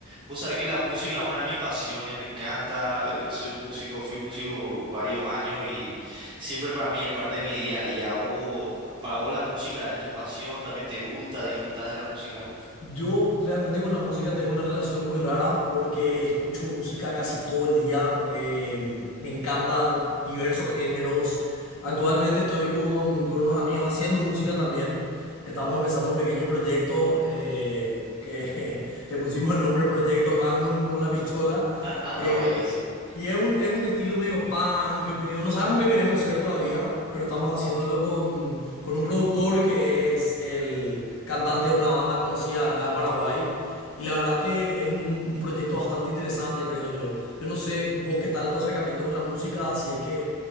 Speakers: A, on the right; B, on the left.
A: Vos sabés que la música es una de mis pasiones, me encanta, eh, soy músico, fui músico por varios años y siempre para mí es parte de mi día a día. Vos, para vos la música es tu pasión, también te gusta, disfrutás de la música.
B: Yo realmente con la música tengo una relación muy rara porque escucho música casi todo el día. eh, me encantan diversos géneros. Actualmente estoy con, con unos amigos haciendo música también. Estamos empezando un pequeño proyecto eh, que <laughs> le pusimos el nombre Proyecto Magnum como la pistola.
A: <laughs>
B: Eh,
A: Buenísimo.
B: y es un, es un estilo medio punk, medio... No sabemos qué queremos ser todavía, pero estamos haciéndolo con, con un productor que es el cantante de una banda conocida acá de Paraguay. Y la verdad que es un, un proyecto bastante interesante, creo yo. Yo no sé vos qué tal tu acercamiento con la música, si es que